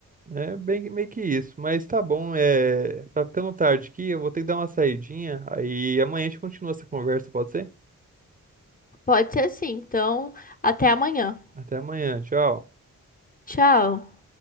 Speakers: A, on the right; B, on the left.
A: É bem, meio que isso. Mas tá bom, é... tá ficando tarde aqui, eu vou ter que dar uma saidinha. Aí amanhã a gente continua essa conversa, pode ser?
B: Pode ser assim, então até amanhã.
A: Até amanhã, tchau.
B: Tchau.